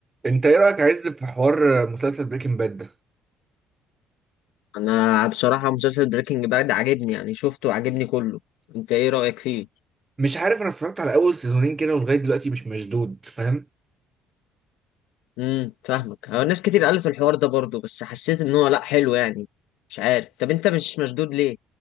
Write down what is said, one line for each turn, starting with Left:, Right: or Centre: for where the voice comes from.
Right: انت ايه رايك يا عز في حوار مسلسل بريكنج باد ده
Left: انا بصراحة مسلسل بريكنج باد عاجبني يعني شفته وعاجبني كله انت ايه رأيك فيه
Right: مش عارف انا اتفرجت على اول سيزونين كده ولغايه دلوقتي مش مشدود فاهم
Left: امم فاهمك هو ناس كتير قالت الحوار ده برضه بس حسيت ان هو لا حلو يعني مش عارف طب انت مش مشدود ليه